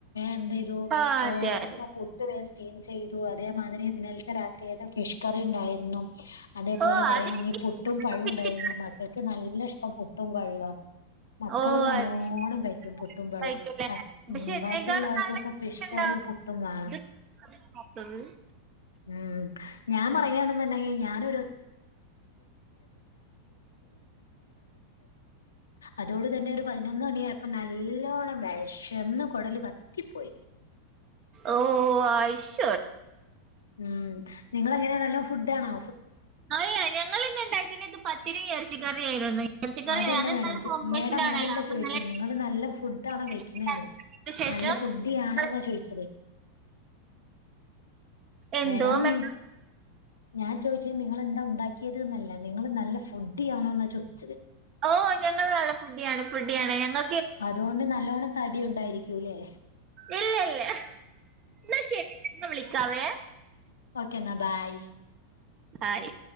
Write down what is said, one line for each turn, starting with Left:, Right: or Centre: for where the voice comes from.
Left: എന്ത് ചെയ്യ്തു
Right: ആ
Left: ഏ
Right: അതെ
Left: ഇപ്പോ
Right: അതെ
Left: പുട്ട് വേമഠ സ്റ്റീംചെയ്തു അതേമാതിരി രാത്രിക്കത്തെ ഫിഷ്കറിണ്ടായിരുന്നു അതേപോലെ
Right: ഓ
Left: പറയാണെങ്കി
Right: അത്
Left: പുട്ടും പഴംണ്ടായിരുന്നു
Right: പിച്ചി-
Left: മക്കൾക്ക് നല്ലഇഷ്ടം പുട്ടും പഴുയാ മക്കൾ
Right: ഓ
Left: നല്ലോണം
Right: അത് ശരി
Left: കഴിക്കും പുട്ടും പഴം
Right: ആയിരിക്കുമല്ലേ
Left: ഹസ്
Right: പക്ഷെ
Left: മം
Right: എന്നെക്കാളും
Left: ബാക്കിയുള്ളോർകെക്കെ
Right: നല്ല ടേസ്റ്റ്
Left: ഫിഷ്
Right: ഉണ്ടാവും
Left: <unintelligible> പുട്ടും മാണം
Right: ഇത് കാത്തത്.
Left: മം ഞാൻ പറയാണ്ണ്ടെങ്കി ഞാനൊരു അതോട് തന്നെ ഒരുപതിനൊന്ന് മണിയായപ്പൊ നല്ലോണം വേ ശന്ന് കൊടല് കത്തിപ്പോയി
Right: ഓ ഓ ആയിഷ്
Left: മം നിങ്ങളെങ്ങാനെ നല്ലോം ഫുഡ് ആണോ
Right: അല്ല ഞങ്ങളിന്ന്ണ്ടാക്കിനെത് പത്തിരിം എറച്ചി കറിയും ആയിരുന്നു ഇറച്ചിക്കറി
Left: അതല്ല
Right: അത്
Left: മേഡം
Right: നല്ല
Left: ച്ചു
Right: കോമ്പിനേഷൻ
Left: മേഡം
Right: ആണല്ലോ
Left: അതല്ല
Right: അപ്പൊ
Left: ചോയ്ച്ചേ
Right: നല്ല
Left: നിങ്ങളൾ നല്ല ഫുഡ് ആണോ
Right: ടേസ്റ്റ്
Left: കഴിക്കുന്നെന്ന്
Right: ആക്കിയതിന് ശേഷം
Left: നല്ല ഫുഡ്ഡിയാണോന്നാ
Right: ഞങ്ങള്
Left: ചോയ്ച്ചത്
Right: എന്തോ
Left: മേഡം
Right: മെ-
Left: നി ഞാൻചോയ്ചേ നിങ്ങളെ ന്തണ്ടാക്കിയത്‌ന്നാല്ല നിങ്ങൾ നല്ല ഫുഡ്ഡിയണൊന്നാ ചോദിച്ചത്
Right: ഓ ഞങ്ങൾ നല്ല ഫുഡ്ഡിയാണ് ഫുഡ്ഡിയാണ് ഞങ്ങൾ
Left: അതുകൊണ്ട് നല്ലോണം തടി ഉണ്ടായിരിക്കൂല്ലേ
Right: ഇല്ലല്ല ഇന്നാ ശരി എന്നവിള കാവേ
Left: ഓക്കെ എന്നാ ബൈ
Right: ആയി